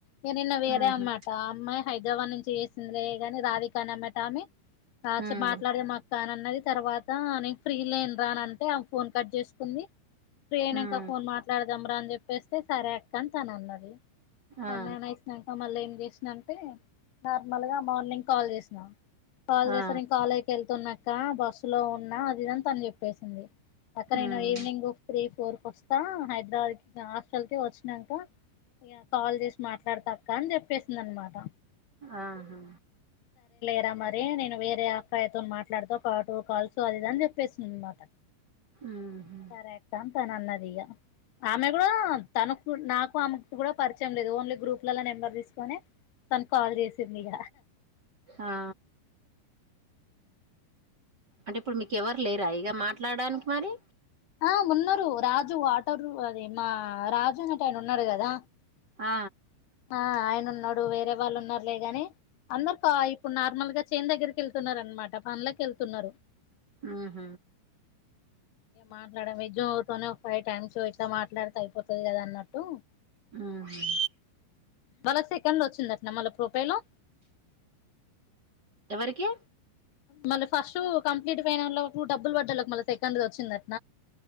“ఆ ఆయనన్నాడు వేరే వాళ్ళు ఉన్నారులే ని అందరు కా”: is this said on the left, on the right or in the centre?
Left